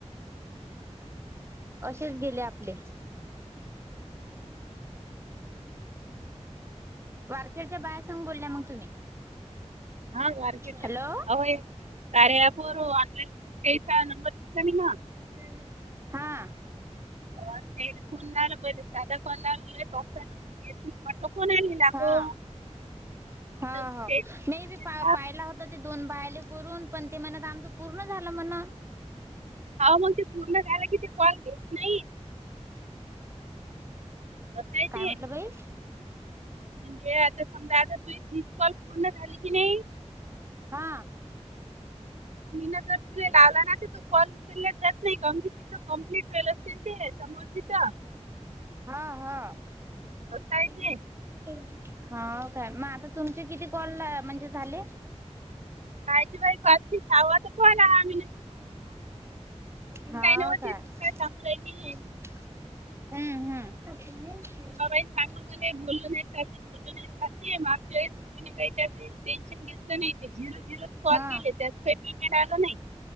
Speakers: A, on the right; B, on the right.
A: असेच गेले आपले- वारखेडच्या बायासग बोलल्या मग तुम्ही
B: हा मार्केट
A: हॅलो
B: अहो एक कार्या ॲप वर ऑनलाईन त्याचा नंबर दिसला नाही ना
A: <inaudible> हा
B: अ ते फोन ना बर? ददा कोलाल पॉ नंबर घेतली म्हटलं कोण आली लागो
A: हा हा
B: तर मग
A: ह
B: त्याचा नंबर
A: नाही बी
B: घेतला
A: पा पाहिला होता ते दोन बायले करून पण ते म्हणत आमचं पूर्ण झालं म्हण?
B: हो मग ते पूर्ण झायला की ते कॉल घेत नाही? असं आहे ते
A: काय म्हटलं बाई
B: म्हणजे आता समजा आता तु तीस कॉल पूर्ण झाली की नाही
A: हा
B: मीन जर तुर लावला ना तर कॉल उचलला जात नाही म तथ कंप्लीट वल असतील ते समोर तिथ
A: हा हा
B: असं आहे
A: हो
B: ते
A: काय मग आता तुमचे किती कॉल म्हणजे झाले?
B: कायचे बा क साव तर कोण आम्ही?
A: हा
B: नव्हती
A: काय
B: तू सांगू राहिली
A: हम्म हम्म
B: की बाबा चांगलं मला बोलल नाही चालते बोललं नाही चालते मागच्या व तुी काही त्यावढ टेन्शन घेतलं नाही ते झिरो झिरो कॉल
A: हा
B: गेले त्यात काही पेमेंट आलं नाही?